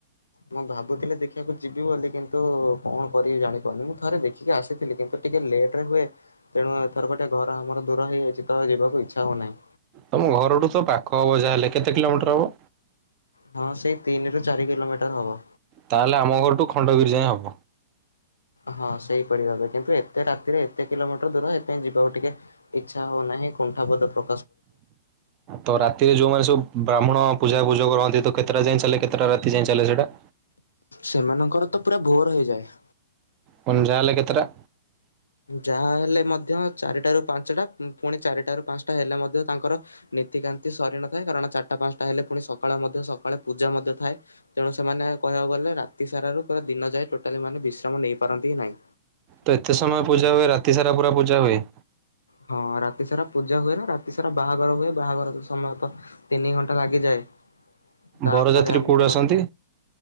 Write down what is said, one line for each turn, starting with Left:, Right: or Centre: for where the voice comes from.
Left: ମୁଁ ଭାବୁଥିଲି ଦେଖିବାକୁ ଯିବି ବୋଲି କିନ୍ତୁ କଣ କରିବି ଜାଣିପାରୁନି ମୁଁ। ଥରେ ଦେଖିକି ଆସିଥିଲି କିନ୍ତୁ ଟିକେ ଲେଟ ହୁଏ ତେଣୁ ଏଥର ଗୋଟେ ଘର ଆମର ଦୂର ହେଇଯାଇଚି ତ ଯିବାକୁ ଇଚ୍ଛା ହଉନାହିଁ।
Right: ତମ ଘରଠୁ ତ ପାଖ ହବ ଯାହାହେଲେ କେତେ କିଲୋମିଟର ହବ?
Left: ହଁ ସେଇ ତିନିରୁ ଚାରି କିଲୋମିଟର ହବ।
Right: ତାହେଲେ ଆମ ଘରଠୁ ଖଣ୍ଡଗିରି ଯାଏଁ ହବ।
Left: ହଁ ସେଇପରି ଭାବେ କିନ୍ତୁ ଏତେ ରାତିରେ ଏତେ କିଲୋମିଟର ଦୂର ଏକା ଯିବାକୁ ଟିକେ ଇଚ୍ଛା ହଉନାହିଁ। କୁଣ୍ଠାବୋଧ ପ୍ର
Right: ତ ରାତିରେ ଯୋଉମାନେ ସବୁ ବ୍ରାହ୍ମଣ ପୂଜା ପୂଜକ ରହନ୍ତି ତ କେତଟା ଜିନ କେତଟା ରାତି ଯାଏଁ ଚାଲେ ସେଇଟା?
Left: ସେମାନଙ୍କର ତ ପୁରା ଭୋର ହେଇଯାଏ।
Right: କ ଯାହାଲେ କେତେଟା?
Left: ଯାହା ହେଲେ ମଧ୍ୟ ଚାରିଟା ରୁ ପାଞ୍ଚଟା ପୁଣି ଚାରିଟାରୁ ପାଞ୍ଚଟା ହେଲେ ମଧ୍ୟ ତାଙ୍କର ନୀତିକାନ୍ତି ସରି ନଥାଏ କାରଣ ଚାରଟା ପାଞ୍ଚଟା ହେଲେ ପୁଣି ସକାଳେ ମଧ୍ୟ ସକାଳେ ପୂଜା ମଧ୍ୟ ଥାଏ ତେଣୁ ସେମାନେ କହିବାକୁ ଗଲେ ରାତି ସାରାରୁ ପୁରା ଦିନ ଯାଏ ଟୋଟାଲି ମାନେ ବିଶ୍ରାମ ନେଇପାରନ୍ତି ନାଇଁ।
Right: ତ ଏତେ ସମୟ ପୂଜା ହୁଏ ରା ତିସାରା ପୁରା ପୂଜା ହୁଏ?
Left: ହଁ ରାତି ସାରା ପୂଜା ହୁଏ ନା, ରାତି ସାରା ବାହାଘର ହୁଏ। ବାହାଘର ସମୟ ତିନି ଘଣ୍ଟା ଲାଗିଯାଏ। ତାପରେ
Right: ବରଯାତ୍ରୀ
Left: ଆମର
Right: କୋଉଠୁ ଆସନ୍ତି?